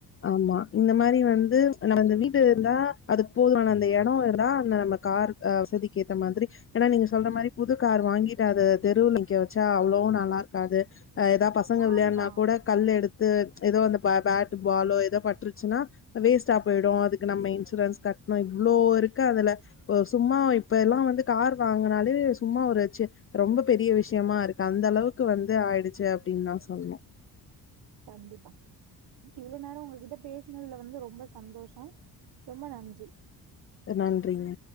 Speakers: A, on the left; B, on the right.
A: ஆமா இந்த மாரி வந்து நம்மந்த வீட்ட இருந்தா அதுக் போதுமான அந்த எடோ இருந்தா அந்த நம்மக் காருக் அ வசதிக்க ஏத்த மாதிரி எனா நீங்க சொல்ற மாரிப் புதுக் கார் வாங்கிட்டு அத தெருவுல் நிக்க வெச்சா அவ்ளவு நல்லார்க்காது அ எதாப் பசங்க
B: ஆமா
A: விளையான்னாக் கூட கல்லெடுத்து எதோ அந்தப் பே பேட்டு பாலோ எதோப் பட்ருச்சுனா வேஸ்ட்டா போயிடு அதுக்கு நம்ம இன்சூரன்ஸ் கட்ணு இவ்ளோ இருக்கு அதல ஒ சும்மா இப்ப எல்லா வந்து கார் வாங்கனாலே சும்மா ஒருச்சு ரொம்ப பெரிய விஷ்யமா இருக்கு அந்தளவுக்கு வந்து ஆயிடுச்சு அப்டின்தா சொல்ணு
B: கண்டிப்பா இவ்ளோ நேரோ உங்க கிட்ட பேச்னதுல வந்து ரொம்ப சந்தோஷோ ரொம்ப நன்றி
A: நன்றிங்க